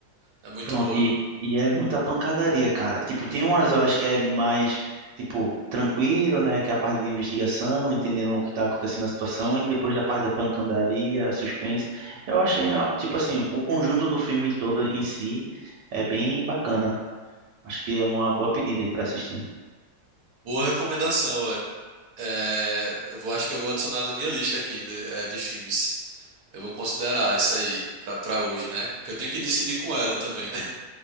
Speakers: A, on the right (about 65°); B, on the right (about 80°).
A: É muito
B: Pronto,
A: boa.
B: e, e é muita pancadaria, cara. Tipo, tem umas horas que é mais, tipo, tranquilo, né, que é a parte de investigação, entendendo o que tá acontecendo na situação,
A: Uhum.
B: e depois da parte da pancadaria, suspense. Eu achei, ó, tipo assim, o conjunto do filme todo em si é bem bacana. Acho que é uma boa pedida aí pra assistir.
A: Boa recomendação, velho. É, eu vou, acho que eu vou adicionar na minha lista aqui de, é, de filmes. Eu vou considerar isso aí pra, pra hoje, né? Que eu tenho que decidir com ela também, né? <laughs>